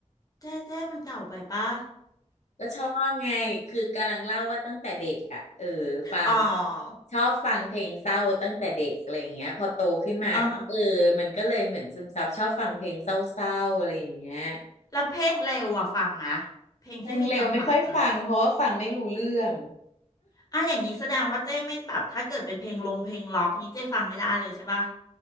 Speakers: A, on the left; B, on the left.
A: เจ๊เจ๊มันเก่าไปปะ
B: ก็ชอบไงคือกำลังเล่าว่าตั้งแต่เด็กอะเออฟัง
A: อ๋อ
B: ชอบฟังเพลงเศร้าตั้งแต่เด็กอะไรอย่างเงี้ยพอโตขึ้นมาก็เออมันก็เลยเหมือนซึมซับชอบฟังเพลงเศร้าๆอะไรอย่างเงี้ย
A: อ่าแล้วเพลงเร็วอะฟังไหมเพลงที่มีจังหวะอะไรเนี่ย
B: เพลงเร็วไม่ค่อยฟังเพราะว่าฟังไม่รู้เรื่อง
A: อ่ะอย่างนี้แสดงว่าเจ๊ไม่แบบถ้าเกิดเป็นเพลงลงเพลงล็อกนี้เจ๊ฟังไม่ได้เลยใช่ปะ